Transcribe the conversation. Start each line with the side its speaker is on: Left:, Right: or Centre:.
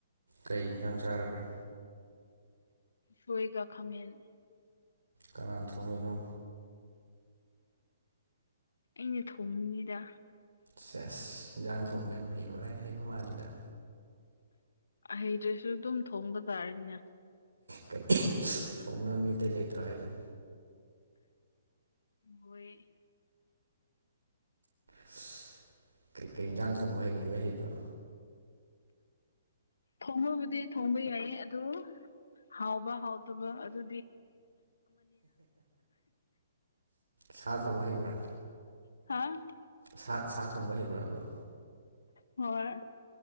Right: ꯀꯩ ꯏꯟꯖꯥꯡ ꯆꯥꯔꯒꯦ꯫
Left: ꯁꯣꯏꯒ ꯈꯥꯃꯦꯟ꯫
Right: ꯀꯅꯥꯅ ꯊꯣꯡꯉꯤꯅꯣ꯫
Left: ꯑꯩꯅ ꯊꯣꯡꯉꯤꯅꯤꯗ꯫
Right: ꯁꯦꯁ ꯏꯟꯖꯥꯡ ꯊꯣꯡꯕ ꯌꯥꯝ ꯍꯩꯕ꯭ꯔ ꯍꯥꯏ ꯍꯩꯕ ꯃꯥꯜꯂꯤꯗ꯫
Left: ꯍꯩꯗ꯭ꯔꯁꯨ ꯑꯗꯨꯝ ꯊꯣꯡꯕ ꯇꯥꯔꯦꯗꯅ꯫
Right: ꯀꯩ ꯊꯣꯡꯅꯕ ꯃꯤ ꯑꯇꯩ ꯂꯩꯇ꯭ꯔꯥ ꯍꯥꯏꯁꯦ꯫
Left: ꯃꯣꯏ꯫
Right: ꯑꯁ ꯀꯩꯀꯩ ꯌꯦꯟꯖꯥꯡ ꯊꯣꯡꯕ ꯍꯩꯒꯦ ꯂꯣꯏ ꯍꯩꯕ꯭ꯔꯣ꯫
Left: ꯊꯣꯡꯉꯕꯨꯗꯤ ꯊꯣꯡꯕ ꯌꯥꯏ ꯑꯗꯨ ꯍꯥꯎꯕ ꯍꯥꯎꯇꯕ ꯑꯗꯨ
Right: ꯁꯥ ꯊꯣꯛꯕ ꯍꯩꯕꯔꯥ
Left: ꯍꯥꯥ
Right: ꯁꯥ ꯁꯥ ꯊꯣꯡꯕ ꯍꯩꯕ꯭ꯔꫭꯕ
Left: ꯍꯣꯏ